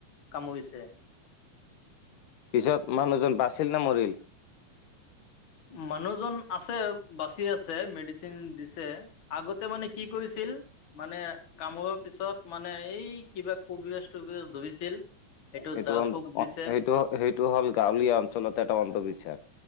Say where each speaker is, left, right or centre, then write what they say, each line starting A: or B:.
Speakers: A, on the left; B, on the left.
A: কামুৰিছে। <unintelligible>
B: পিছত মানুহজন বাচিল নে মৰিল?
A: মানুহজন আছে বাচি আছে মেডিচিন দিছে আগতে মানে কি কৰিছে- মানে কামৰ মানে পিছত মানে এই কিবা কুবলেছ থুবলেছ ধৰিছিল। এইটো
B: সেইটো
A: জাল ফুক দিছে
B: সেইটো সেইটো হ'ল গাঁৱলীয়া অঞ্চলত এটা অন্ধবিশ্বাস।